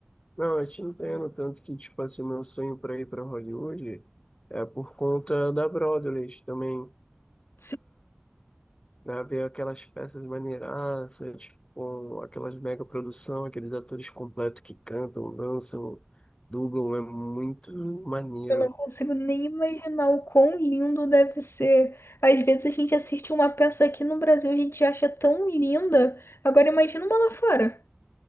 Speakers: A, on the left; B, on the left.
A: Não, eu te entendo, tanto que, tipo assim, meu sonho pra ir pra Hollywood é por conta da Broadway também,
B: Sim.
A: né? Ver aquelas peças maneiraças, com aquelas mega produção, aqueles atores completos que cantam, dançam, dublam, é muito maneiro.
B: Eu não consigo nem imaginar o quão lindo deve ser. Às vezes a gente assiste uma peça aqui no Brasil, a gente acha tão linda. Agora imagina uma lá fora.